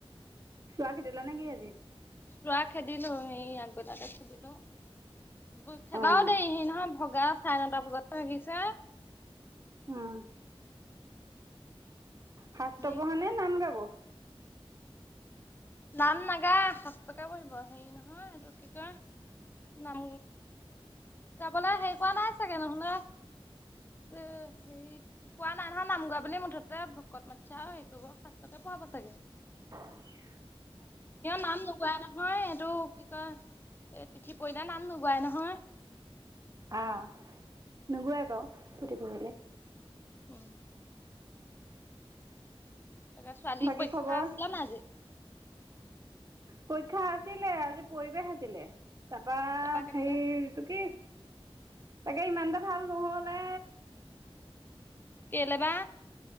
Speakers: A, on the right (about 35°); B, on the left (about 20°).
A: চুৱ কি দিলা নে কি আজি।
B: ৰোৱা খেদিলো সেই আগবেলাতে খেদিলো। খেদাও
A: আহ
B: দেই নহয় ভগা চাৰে নটা বজাত আহিছে।
A: উম। শাস্ত্ৰ পঢ়া
B: <unintelligible>
A: নে নাম গাব?
B: নাম নাগা শাস্তকে পঢ়িব হেৰি নহয় এইটো কি কয়। নাম তাৰপোনে হেৰি কৰোৱা নাই চাগে নহলে। এ হেৰি কোৱা নাই নহয় নাম গোৱা বুলি মুঠতে ভকত মাতিছা আৰু হেই কৰিব শাস্তকে। পাব চাগে।
A: অ <unintelligible>
B: নাম গুৱা নহয়। নহয় এইটো কি কয় এ তিথি পৰিল ৰ নাম নুগোৱাই নহয়।
A: আহ নুগোৱাই ক পুথি পঢ়িলে।
B: উ'ম। ত ছোৱালী
A: বাকী
B: পৰীক্ষা
A: খবৰ?
B: আছিলে নাই আজি।
A: পৰীক্ষা আছিলে আজি পৰিৱেশ আছিলে। তাৰপৰা
B: তাৰপা কেনেকুৱা
A: সেইটো কি। তাকে ইমানতে ভাল নহলে।
B: কেলে বা।